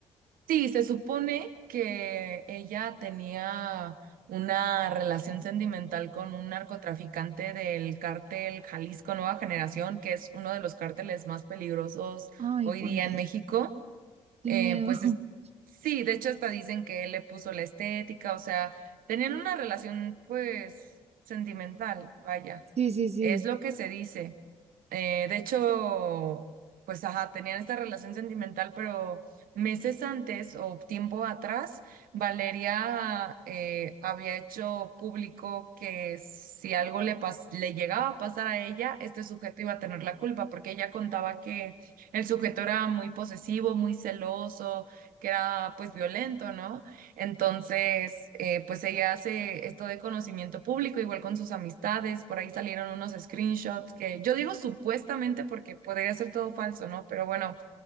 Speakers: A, on the right; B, on the right.
A: Sí, se supone que ella tenía una relación sentimental con un narcotraficante del cártel Jalisco Nueva Generación, que es uno de los cárteles más peligrosos
B: Ay,
A: hoy
B: hijo
A: día
B: de madre,
A: en México.
B: qué
A: Eh,
B: miedo.
A: pues
B: <laughs>
A: es- sí, de hecho hasta dicen que él le puso la estética, o sea, tenían una relación pues sentimental, vaya,
B: Sí, sí, sí.
A: es lo que se dice. Eh, de hecho, pues ajá, tenían esta relación sentimental, pero meses antes o tiempo atrás, Valeria eh, había hecho público que si algo le, pas- le llegaba a pasar a ella, este sujeto iba a tener la culpa, porque ella contaba que el sujeto era muy posesivo, muy celoso, que era pues violento, ¿no? Entonces, eh, pues ella hace esto de conocimiento público, igual con sus amistades, por ahí salieron unos screenshots que yo digo supuestamente porque podría ser todo falso, ¿no? Pero bueno,